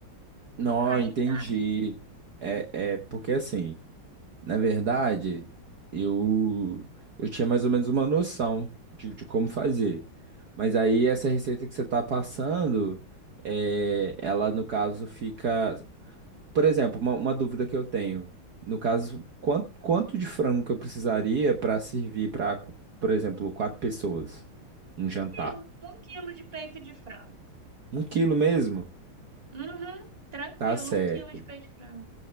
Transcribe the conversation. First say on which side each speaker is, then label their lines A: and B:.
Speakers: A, on the right; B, on the right.
A: Não,
B: Aí
A: entendi.
B: tá. Um
A: É, é porque assim, na verdade, eu eu tinha mais ou menos uma noção de, de como fazer. Mas aí essa receita que você tá passando, é, ela no caso fica. Por exemplo, uma, uma dúvida que eu tenho. No caso, quanto, quanto de frango que eu precisaria para servir para, por exemplo, quatro pessoas? Um jantar.
B: quilo, um quilo de peito de frango.
A: Um quilo mesmo?
B: Uhum, tranquilo,
A: Tá certo.
B: um quilo de peito de frango.